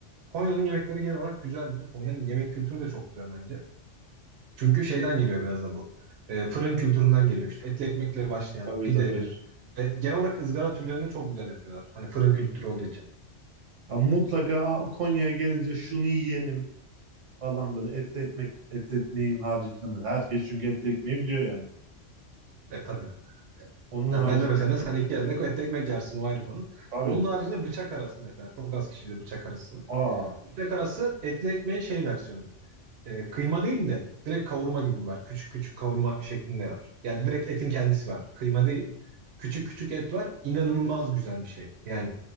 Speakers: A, on the right (about 60°); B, on the right (about 80°).
A: Konya'nın yemekleri genel olarak güzeldir. Konya'nın yemek kültürü de çok güzel bence. Çünkü şeyden geliyor biraz da bu. E, fırın kültüründen geliyor işte. Etli ekmekle başlayan
B: Tabii
A: pidedir.
B: tabii.
A: Ve genel olarak ızgara türlerini de çok güzel yapıyorlar. Hani fırın kültürü olduğu için.
B: Ya mutlaka "Aa, Konya'ya gelince şunu yiyelim falan böyle etli ekmek etli ekmeğin haricinde. Herkes çünkü etli ekmeği biliyor yani.
A: E tabii.
B: Onun
A: Yani
B: haricinde
A: ben de mesela sen iki elinde et ekmek yersin o ayrı konu.
B: tabii.
A: Onun haricinde bıçak arası mesela. Çok az kişi bilir bıçak arasını.
B: Aa,
A: Bıçak arası etli ekmeğin şey versiyonu. E, kıyma değil de direkt kavurma gibi var. Küçük küçük kavurma şeklinde var. Yani direkt etin kendisi var. Kıyma değil. Küçük küçük et var. İnanılmaz güzel bir şey. Yani